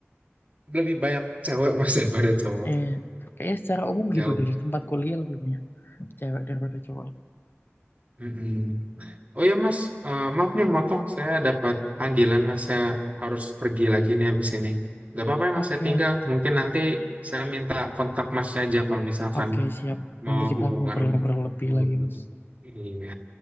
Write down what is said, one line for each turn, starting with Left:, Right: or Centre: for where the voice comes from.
Right: lebih banyak cewek mas <laughs> daripada cowok
Left: eh kayaknya secara umum
Right: jauh
Left: gitu deh di tempat kuliah lebih banyak cewek daripada cowok
Right: Mm-mm. oh ya mas eh, maaf nih motong saya dapat panggilan mas saya harus pergi lagi nih habis ini nggak apa-apa ya mas
Left: oke
Right: saya tinggal
Left: oke
Right: mungkin nanti saya minta kontak masnya aja kalau misalkan
Left: oke siap
Right: mau
Left: nanti kita
Right: hubungan
Left: ngobrol-ngobrol lebih
Right: hubungan
Left: lagi
Right: gitu
Left: mas
Right: iya